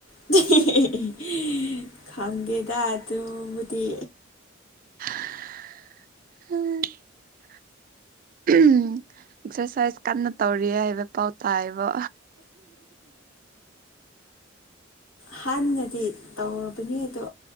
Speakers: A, on the left; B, on the right.
A: <unintelligible> ꯈꯪꯗꯦꯗ ꯑꯗꯨꯕꯨꯗꯤ
B: ꯍꯍ <unintelligible> <unintelligible> ꯑꯦꯛꯁꯔꯁꯥꯏꯁ ꯀꯟꯅ ꯇꯧꯔꯤꯌꯦ ꯍꯥꯏꯕ ꯄꯥꯎ ꯇꯥꯏꯑꯕ
A: ꯍꯥꯟ ꯅꯗꯤ ꯇꯧꯔꯕꯅꯤ ꯑꯗꯣ